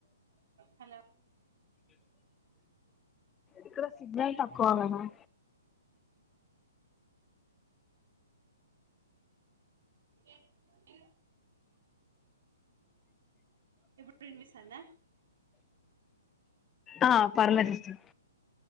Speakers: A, on the right (about 55°); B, on the left (about 15°).
A: హలో
B: ఇక్కడ సిగ్నల్ తక్కువగదా అ
A: <inaudible> ఇప్పుడు విన్పిస్తాంద
B: ఆ పర్లె సిస్టర్